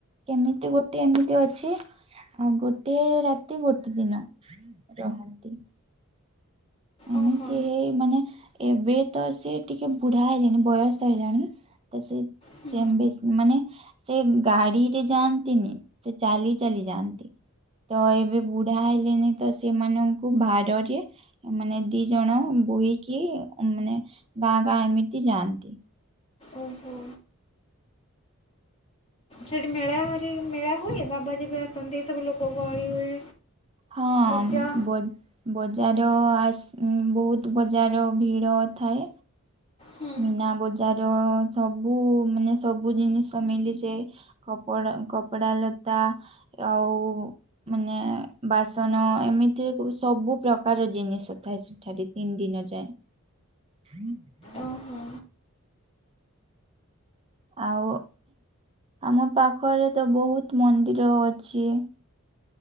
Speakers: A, on the right; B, on the left.
A: କେମିତି ଗୋଟେ ଏମିତି ଅଛି। ଆଉ ଗୋଟେ ରାତି ଗୋଟେ ଦିନ ରହନ୍ତି। ଏମିତି
B: ଓହୋ
A: ହେଇ ମାନେ ଏବେ ତ ସେ ଟିକେ ବୁଢା ହେଲେଣି ବୟସ ହେଲାଣି। ତ ସେ
B: ହୁଁ
A: ମାନେ ସେ ଗାଡିରେ ଯାଆନ୍ତିନି ସେ ଚାଲି ଚାଲି। ଯାଆନ୍ତି ତ ଏବେ ବୁଢା ହେଲେନି ତ ସେମାନଙ୍କୁ ଭାରରେ ମାନେ ଦି ଜଣ ବୋହିକି ମାନେ ଗାଁ ଗାଁ ଏମିତି ଯାଆନ୍ତି।
B: ଓହୋ। ସେଠି ମେଳା ହାରି ମେଳା ହୁଏ ବାବାଜୀ ବି ଆସନ୍ତି ସବୁ ଲୋକ ଗହଳି ହୁଏ।
A: ହଁ
B: ପୂଜା
A: ବୋଧ ବୋଧି ବଜାର ଆଇସ୍ ବହୁତ ବଜାର ଭିଡ ଥାଏ।
B: ହୁଁ
A: ମୀନା ବଜାର ସବୁ ମାନେ ସବୁ ଜିନିଷ ମିଳିଯାଏ ଅ କପଡ଼ା ଲତା ଆଉ ମାନେ ବାସନ ଏମିତି ସବୁ ପ୍ରକାର ଜିନିଷ ଥାଏ ସେଠାରେ ତିନି ଦିନ ଯାଏ। <inaudible>
B: ଓହୋ।
A: ଆଉ ଆମ ପାଖରେ ତ ବହୁତ ମନ୍ଦିର ଅଛି।